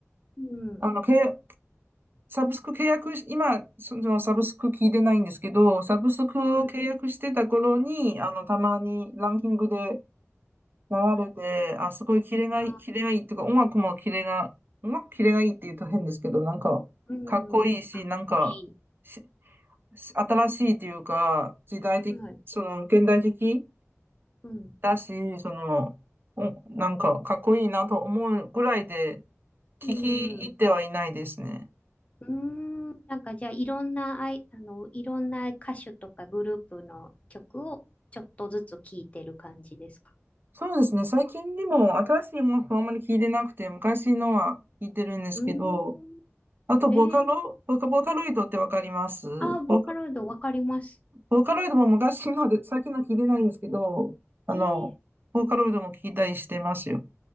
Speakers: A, on the left (about 25°); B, on the right (about 45°).
A: うん。
B: あの、契約、サブスク契約し、今、そのサブスク聞いてないんですけど、サブスクを契約してた頃に、
A: はい。
B: あの、たまにランキングで流れて、あ、すごいキレがいい、
A: あ、
B: キレがいいっていうか、音楽もキレが、音楽キレがいいっていうと変ですけど、
A: うん。
B: なんか、
A: う
B: かっこいいし、
A: ん。
B: なんか、
A: 多い
B: し、し新しいっていうか、時代的、
A: い。はい。
B: その、現代的
A: うん。
B: だし、その、お、なんか、かっこいいなと思うぐらいで、聞き入ってはいないですね。
A: うん。うーん。なんかじゃあ、いろんな、あい、あの、いろんな歌手とかグループの曲をちょっとずつ聴いてる感じですか
B: そうですね。最近でも新しい音楽はあんまり聞いてなくて、昔のは聞いてるんですけど、
A: うーん。
B: あとボカロ、
A: えー、
B: ボカ、ボーカロイドってわかりますボカ、
A: あ、ボーカロイドわかります。
B: ボーカロイドも昔ので、最近のは聞いてないんですけど、あの、
A: えー、
B: ボーカロイドも聞いたりしてますよ。